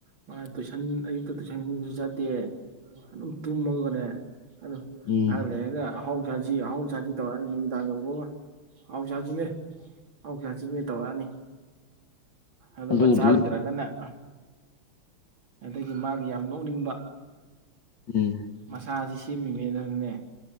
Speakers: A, on the right; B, on the left.
A: ꯃꯥ ꯇꯨꯏꯁꯟ ꯑꯌꯨꯛꯇ ꯇꯨꯏꯁꯟꯁꯨ ꯆꯠꯇꯦ ꯑꯗꯨꯝ ꯇꯨꯝꯃꯒꯅꯦ ꯑꯗꯨ
B: ꯎꯝ
A: ꯉꯍꯥꯛ ꯂꯩꯔꯒ ꯑꯍꯥꯎ ꯆꯥꯁꯤ ꯑꯍꯥꯎ ꯆꯥꯁꯤ ꯇꯧꯔꯛꯑꯅꯤ ꯅꯨꯃꯤꯗꯥꯡ ꯌꯧꯕꯒ ꯑꯍꯥꯎ ꯆꯥꯁꯤꯅꯦ ꯑꯍꯥꯎ ꯆꯥꯁꯤꯅꯦ ꯇꯧꯔꯛꯑꯅꯤ ꯑꯗꯨꯒ
B: ꯑꯗꯨꯕꯨꯗꯤ
A: ꯆꯥꯔꯨꯗ꯭ꯔꯒꯅ ꯑꯗꯒꯤ ꯃꯥꯒꯤ ꯌꯥꯝ ꯅꯣꯛꯅꯤꯡꯕ
B: ꯎꯝ
A: ꯃꯁꯥꯁꯤ ꯁꯦꯝꯃꯤꯃꯦꯗꯅꯅꯦ